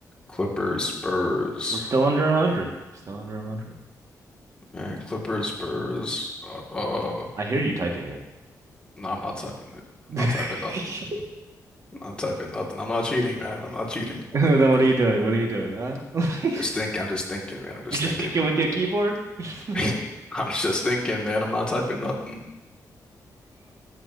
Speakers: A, on the left; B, on the right.
A: Clippers, Spurs,
B: We're still under 100. Still under 100.
A: man. Clippers, Spurs. Uh,
B: I hear you typing it.
A: no, I'm not typing it.
B: <laughs>
A: I'm not typing nothing. I'm not typing nothing. I'm not cheating, man. I'm not cheating.
B: Then what are you doing? What are you doing, huh? <laughs>
A: Just think. I'm just thinking, man. I'm just
B: You're just
A: thinking.
B: thinking with your keyboard? <laughs> I
A: <laughs> I'm just thinking, man. I'm not typing nothing.